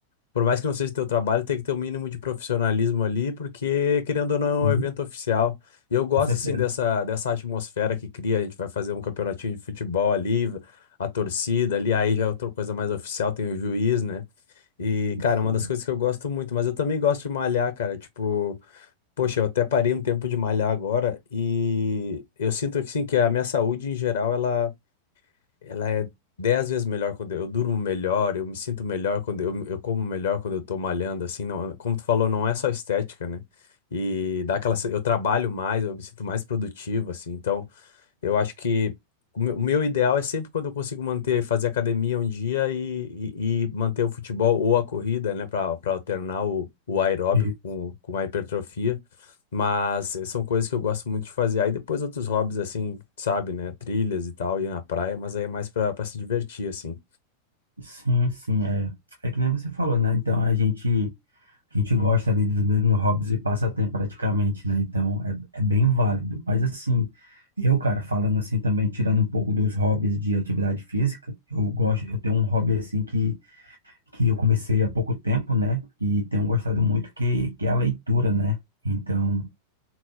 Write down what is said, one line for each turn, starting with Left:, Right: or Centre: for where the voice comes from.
Left: por mais que não seja teu trabalho, tem que ter um mínimo de profissionalismo ali, porque, querendo ou não,
Right: Sim,
Left: é um evento oficial. E eu gosto,
Right: com certeza.
Left: assim, dessa, dessa atmosfera que cria. A gente vai fazer um campeonatinho de futebol ali, a torcida ali, aí já é outra coisa mais oficial, tem o juiz, né? E, cara,
Right: Sim,
Left: é uma das coisas que eu gosto muito, mas eu também gosto de malhar, cara. Tipo, Poxa, eu até parei um tempo de malhar agora e eu sinto que sim, que a minha saúde em geral ela, ela é dez vezes melhor quando eu, eu durmo melhor, eu me sinto melhor quando eu, eu como melhor quando eu tô malhando, assim, não, como tu falou, não é só estética, né? E dá aquela, se- eu trabalho mais, eu me sinto mais produtivo, assim, então eu acho que o meu o meu ideal é sempre quando eu consigo manter, fazer academia um dia e, e- e manter o futebol ou a corrida, né, para alternar o, o aeróbico
Right: E-
Left: com, com a hipertrofia. Mas eh, são coisas que eu gosto muito de fazer. Aí depois outros hobbies, assim, sabe, né, trilhas e tal, ir na praia, mas aí é mais para se divertir, assim.
Right: sim, sim, é. É que nem você falou, né? Então a gente a gente gosta ali dos mesmos hobbies e passatempo praticamente, né? Então é, é bem válido. Mas assim, eu, cara, falando assim também, tirando um pouco dos hobbies de atividade física, eu gosto, eu tenho um hobby assim que que eu comecei há pouco tempo, né? E tenho gostado muito, que, que é a leitura, né? Então,